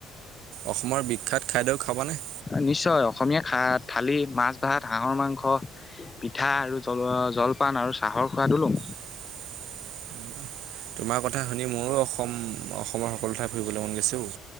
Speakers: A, on the right; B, on the left.
A: অসমৰ বিখ্যাত খাদ্যও খাবনে?
B: নিশ্চয় অসমীয়া খা থালি মাছ ভাত হাঁহৰ মাংস। পিঠা আৰু জ জলপান আৰু চাহৰ সোৱাদো লম।
A: <unintelligible> তোমাৰ কথা শুনি মোৰো অসম অসমৰ সকলো ঠাই ফুৰিব মন গৈছে অ।